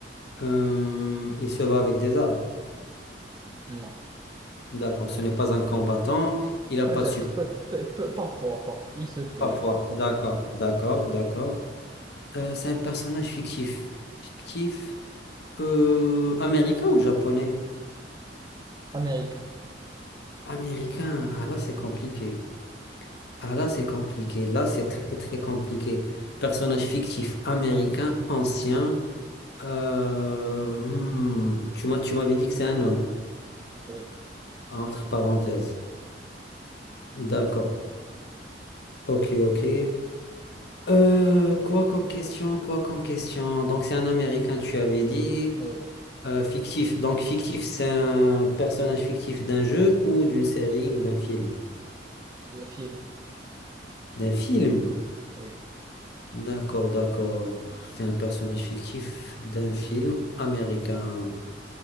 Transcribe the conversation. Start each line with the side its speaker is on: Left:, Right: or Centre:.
Left: Euh, il se bat avec des armes.
Right: Non.
Left: D'accord, ce n'est pas un combattant. Il n'a
Right: Peut-être.
Left: pas de support.
Right: peut- peut- peut- parfois, parfois. Il se peut,
Left: Parfois.
Right: parfois.
Left: D'accord, d'accord, d'accord. Euh, c'est un personnage fictif. Fictif. Euh, américain ou japonais?
Right: Américain.
Left: Américain. Ah là, c'est compliqué. Ah là, c'est compliqué. Là, c'est très, très compliqué. Personnage fictif américain, ancien. Euh, hmm, tu m'as, tu m'avais dit que c'est un homme,
Right: Oui.
Left: entre parenthèses. D'accord. Ok, ok. Euh, quoi comme question, quoi comme question. Donc c'est un Américain, tu avais dit,
Right: Oui.
Left: euh, fictif. Donc fictif, c'est un personnage fictif d'un jeu ou d'une série ou d'un film?
Right: Le film.
Left: D'un film.
Right: Oui.
Left: D'accord, d'accord. C'est un personnage fictif d'un film américain.